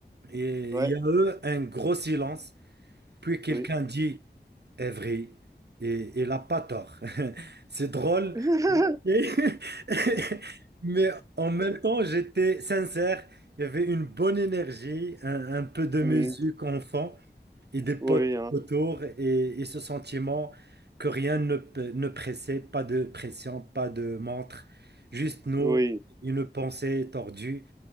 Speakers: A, on the right (about 70°); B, on the right (about 20°).
A: et
B: Ouais.
A: il y a eu un gros silence. Puis quelqu'un
B: Oui.
A: dit. est vrai. Et il n'a pas tort. <laughs> C'est drôle.
B: <laughs>
A: Et- <laughs> Mais en même temps, j'étais sincère. Il y avait une bonne énergie, un, un peu de
B: Mm.
A: musique en fond et des potes
B: Oui, hein.
A: autour et, et ce sentiment que rien ne, pe- ne pressait, pas de pression, pas de montre, juste nous,
B: Oui.
A: une pensée tordue.